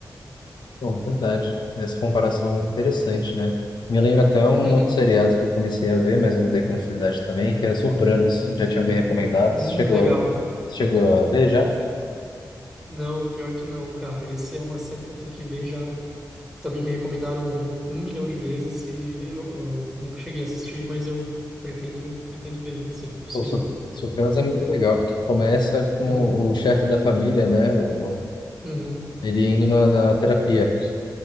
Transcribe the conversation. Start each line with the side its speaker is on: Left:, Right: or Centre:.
Left: Pô, verdade. Essa comparação é interessante, né? Me lembra até um
Centre: Uhum.
Left: outro seriado que eu comecei a ver, mas eu não dei continuidade também, que é Sopranos. Já tinha me recomendado.
Centre: Hum,
Left: Você Chegou,
Centre: legal.
Left: a- chegou a ver já?
Centre: Não, pior que não, cara. Esse é uma série que eu tenho que ver já. Também me recomendaram um milhão de vezes e eu, eu nunca cheguei a assistir, mas eu pretendo, pretendo ver assim que possível.
Left: Pô, Sop- Sopranos é muito legal, porque começa com
Centre: Hum,
Left: o chefe da família, né? o- o-
Centre: uhum.
Left: Ele indo na, na terapia.